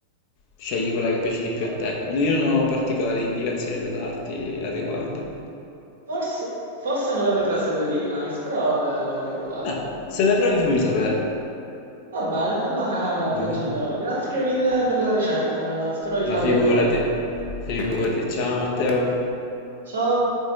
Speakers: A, on the left; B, on the right.
A: scegli quella che piace di più
B: Fo-
A: a te. Io non ho particolari indicazioni da darti al riguardo.
B: Forse, forse non le ho mai prese quelle di mais, però le, le vorrei provare.
A: Beh, se le provi fammi sapere.
B: Va bene, allora
A: Nemmeno.
B: ti aggiornerò. Grazie mille per la ricetta, spero di
A: Ma
B: farli
A: figurati,
B: a breve.
A: figurati. Ciao Matteo.
B: Ciao!